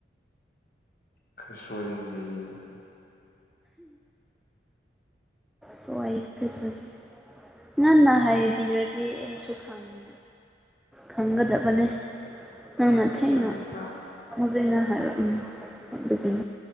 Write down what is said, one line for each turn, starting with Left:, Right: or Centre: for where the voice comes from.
Left: ꯈꯔ ꯁꫭꯏꯔꯅ ꯑꯗꯨꯗ
Centre: ꯁꯣ ꯑꯩꯁ <unintelligible> ꯉꯅ ꯍꯥꯏꯕꯤꯔꯗꯤ ꯑꯩꯁꯨ ꯈꯪꯉꯦ ꯈꯪꯒꯗꯕꯅꯤ ꯅꯪꯅ ꯊꯦꯡꯅ
Left: ꯑꯗꯨꯃꯥꯏꯅ ꯑꯣꯏꯕ꯭ꯔꯥ
Centre: ꯃꯖꯩꯅ ꯍꯥꯏꯔ ꯎꯝ <unintelligible>